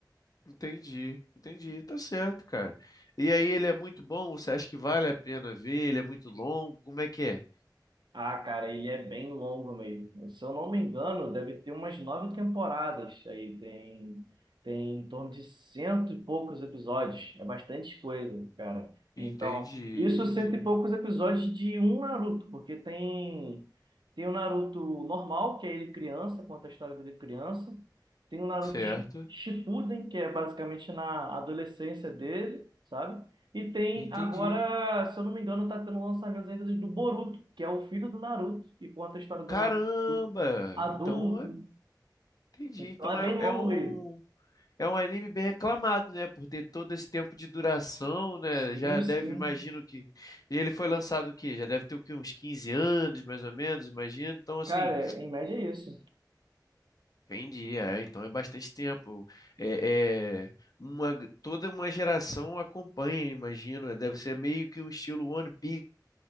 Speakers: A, on the left; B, on the right.
A: entendi, entendi. Tá certo, cara. E aí ele é muito bom? Você acha que vale a pena ver? Ele é muito longo? Como é que é?
B: Ah, cara, ele é bem longo mesmo. Se eu não me engano, deve ter umas nove temporadas. Aí tem, tem em torno de cento e poucos episódios. É bastante coisa, cara. Então,
A: Entendi,
B: isso
A: entendi.
B: cento e poucos episódios de um Naruto, porque tem tem o Naruto normal, que é ele criança, conta a história dele criança. Tem o Naruto
A: Certo,
B: Shi- Shippuden, que é basicamente na adolescência dele, sabe? E tem
A: entendi.
B: agora, se eu não me engano, tá tendo lançamentos ainda do Boruto, que é o filho do Naruto, e conta a história do
A: Caramba!
B: Naruto adulto.
A: Então, é- entendi.
B: Então
A: Então
B: é
A: é,
B: bem longo
A: é um.
B: mesmo.
A: um É um anime bem aclamado, né? Por ter todo esse tempo de duração, né?
B: Sim,
A: Já deve,
B: sim.
A: imagino que. E ele foi lançado o quê? Já deve ter o quê? Uns 15 anos, mais ou menos, imagino. Então, assim,
B: Cara, em média é isso.
A: entendi. É, então é bastante tempo. É, é uma, toda uma geração acompanha, imagino. né, Deve ser meio que um estilo One Piece